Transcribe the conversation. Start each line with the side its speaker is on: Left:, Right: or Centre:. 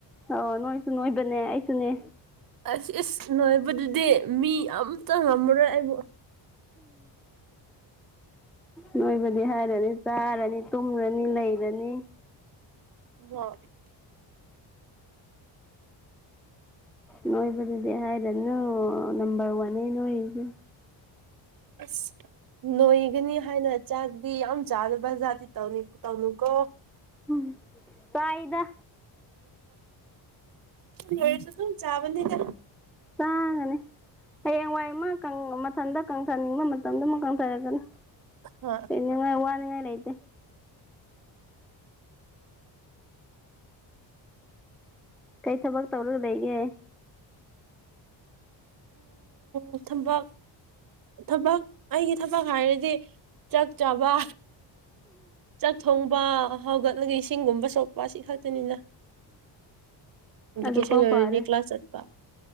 Centre: ꯑꯣ ꯅꯣꯏꯁꯨ ꯅꯣꯏꯕꯅꯦ ꯑꯩꯁꯨꯅꯦ
Right: ꯑ ꯏꯁꯁ ꯅꯉꯥꯏꯕꯗꯨꯗꯤ ꯃꯤ ꯑꯇ ꯉꯝꯃꯔꯣꯏ ꯑꯩꯕꯨ <inaudible>
Centre: ꯅꯣꯏꯕꯅꯤ ꯍꯥꯏꯔꯗꯤ ꯆꯥꯔꯅꯤ ꯇꯨꯝꯃꯨꯔꯅꯤ ꯅꯩꯔꯅꯤ
Right: <unintelligible>
Centre: ꯅꯣꯏꯕꯗꯨꯗꯤ ꯍꯥꯏꯔꯅꯨ ꯅꯝꯕꯔ ꯋꯥꯟꯅꯦ ꯅꯣꯏꯔꯤꯖꯦ꯫
Right: ꯑꯁ ꯅꯣꯏꯒꯅꯤ ꯍꯥꯏꯅ ꯆꯥꯛꯗꯤ ꯌꯥꯝ ꯆꯥꯗꯕ ꯖꯥꯠꯇꯤ ꯇꯩꯅꯤ ꯇꯧꯅꯨꯀꯣ꯫
Centre: ꯎꯝ ꯆꯥꯏꯗ
Right: ꯃꯁꯨ ꯇ ꯆꯕꯗ
Centre: ꯆꯥꯒꯅꯦ ꯍꯌꯦꯡꯋꯥꯏ ꯑꯃ ꯃꯊꯟꯇ ꯀꯪꯊꯅꯤꯡꯕ ꯃꯇꯝꯗ ꯑꯃꯛ ꯀꯪꯊꯔꯛꯒꯅꯤ
Right: ꯍ‌ꯣꯏ
Centre: ꯅꯤꯡꯉꯥꯏ ꯋꯥꯅꯤꯡꯉꯥꯏ ꯂꯩꯇꯦ꯫ ꯀꯩ ꯊꯕꯛ ꯇꯧꯔ ꯂꯩꯒꯦ
Right: ꯎ ꯊꯕꯛ ꯊꯕꯛ ꯑꯩꯒꯤ ꯊꯕꯛ ꯍꯥꯏꯔꯗꯤ ꯆꯥꯛ ꯆꯥꯕ ꯆꯥꯛ ꯊꯣꯡꯕ ꯍꯧꯒꯠꯂꯒ ꯏꯁꯤꯡꯒꯨꯝꯕꯁꯨ ꯋꯥꯁꯤ ꯈꯥꯛꯛꯇꯅꯤꯅ ꯚꯦꯀꯦꯁꯟ
Centre: ꯑꯗꯨꯐꯥꯎ
Right: ꯂꯣꯢꯔꯗꯤ
Centre: ꯐꯔꯦ
Right: ꯀ꯭ꯂꯥꯁ ꯆꯠ